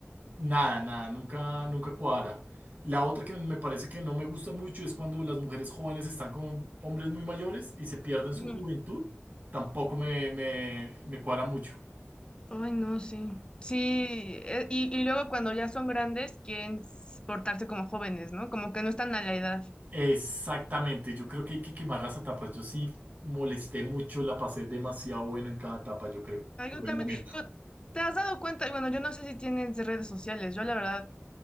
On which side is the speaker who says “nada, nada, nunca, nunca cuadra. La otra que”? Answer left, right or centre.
Right